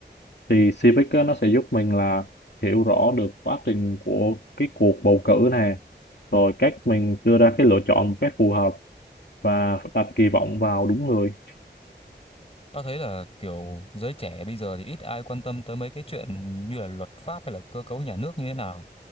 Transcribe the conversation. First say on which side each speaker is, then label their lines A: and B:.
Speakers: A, on the left; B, on the left.
A: thì Civic á, nó sẽ giúp mình là hiểu rõ được quá trình của cái cuộc bầu cử này rồi cách mình đưa ra cái lựa chọn một cách phù hợp và đặt kỳ vọng vào đúng người
B: Tao thấy là kiểu giới trẻ bây giờ thì ít ai quan tâm tới mấy cái chuyện như là luật pháp hay là cơ cấu nhà nước như thế nào.